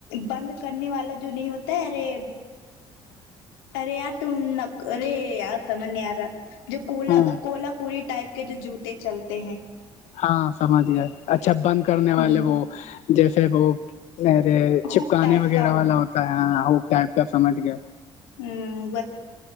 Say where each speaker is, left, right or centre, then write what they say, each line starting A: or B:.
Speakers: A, on the left; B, on the left.
A: بند کرنے والا جو نہیں ہوتا ہے ارے ارے ار تم نک ارے ار تھامانے یارا جو کولا
B: رہا ہوں
A: کولہ پوری ٹائپ کے جوتے چلتے ہیں
B: ہاں سمجھ گیا اچھا بند کرنے
A: ہ
B: والے وہ جیسے وہ میرے چھپکانے
A: ہک ٹائپ
B: وغیرہ
A: کا
B: والا ہوتا ہے ہو ٹائپ کا سمجھ گئے
A: ہوں